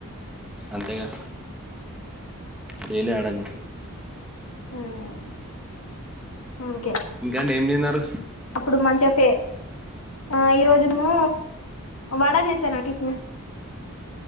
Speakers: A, in the centre; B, on the left.
A: అంతేగా డైలీ అడంగా
B: మ్మ్ ఇంకే
A: ఇంకా అండి ఏం తిన్నారు
B: <inaudible> అప్పుడు మంచిగ ఫే ఆ ఈరోజేము వడా చేశాను టిఫిన్